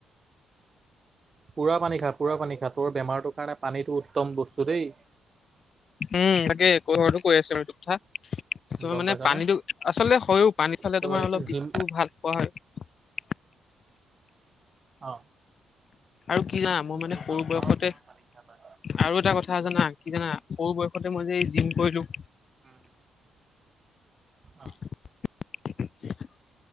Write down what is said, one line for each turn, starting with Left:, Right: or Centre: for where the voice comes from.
Right: পুৰা পানী খা পুৰা পানী খা তোৰ বেমাৰটোৰ কাৰণে পানীটো উত্তম বস্তু দেই
Left: উম তাকে ঘৰতো কৈ আছো বাৰু এইটো কথা তোমাৰ
Right: গম
Left: মানে
Right: পাইছনে
Left: পানীটো আচলতে হয়ও পানী খালে
Right: তই
Left: তোমাৰ অলপ বিষটো
Right: জিম
Left: ভাল পোৱা হয়
Right: অ
Left: আৰু কি জানা মোৰ মানে
Right: যিমান
Left: সৰু বয়সতে
Right: পাৰ সিমান পানী খা তই
Left: আৰু এটা কথা জানা কি জানা সৰু বয়সতে মই যে জিম কৰিলো
Right: উম
Left: <unintelligible>
Right: অ